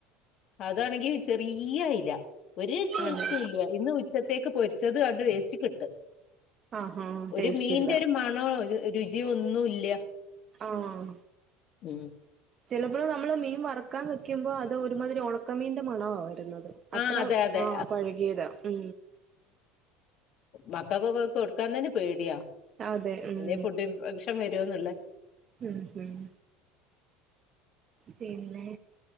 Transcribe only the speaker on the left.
അതാണെങ്കി ചെറിയ അയില ഒരു ടേസ്റ്റ
ഇല്ല ഇന്ന് ഉച്ചത്തേക്ക് പൊരിച്ചത് കണ്ട് വേസ്റ്റി കിട്ട്
ഒരു മീന്റെ
ഒരു മണോ രുചിയോ ഒന്നും ഇല്ല
ഉം
ആഹ് അതെ അതെ
മക്കൾക്കൊക്ക ഒെ കൊടുക്കാൻ തന്നെ പേടിയാ
പിന്നെ ഫുഡപക്ഷം വരും രൊന്നുള്ള